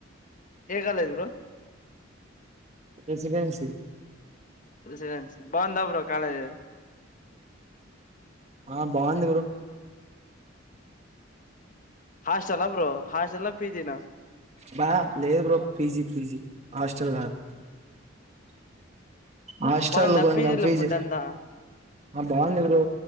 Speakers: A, on the left; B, on the right.
A: ఏ కాలేజీ బ్రో
B: ప్రెసిడెన్సి
A: రెసిడెన్స్ బాందా బ్రో కాలేజ్
B: ఆ బాగుంది బ్రో
A: హాస్ చల బ్రో హాస్టేలా పీజీ న
B: బా లేదు బ్రో పీజీ పీజీ హాస్టల్ కాదు హాస్టల్
A: బాగుందా
B: కొంచం
A: పీజీలో
B: ఫీజు
A: ఫుడ్ అంతా
B: ఆ బాగుంది బ్రో